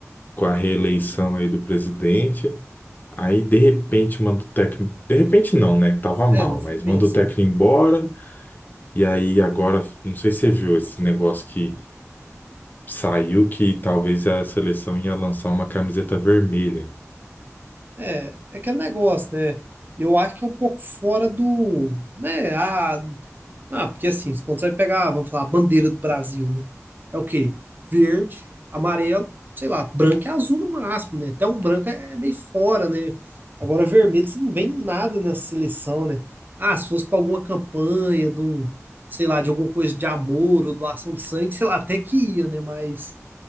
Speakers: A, on the left; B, on the right.
A: com a reeleição aí do presidente. Aí, de repente, manda o técnico. De repente, não, né? Que tava mal,
B: É, não foi
A: mas
B: bem
A: manda
B: assim.
A: o técnico embora. E aí, agora, não sei se você viu esse negócio que saiu que talvez a seleção ia lançar uma camiseta vermelha.
B: É, é aquele negócio, né? Eu acho que é um pouco fora do, né? Ah, ah, porque assim, quando você vai pegar, vamos falar, a bandeira do Brasil, né? É o quê? Verde, amarelo, sei lá, branco e azul no máximo, né? Até um branco é meio fora, né? Agora vermelho você não vê em nada nessa seleção, né? Ah, se fosse para alguma campanha de um, sei lá, de alguma coisa de amor ou doação de sangue, sei lá, até que ia, né? Mas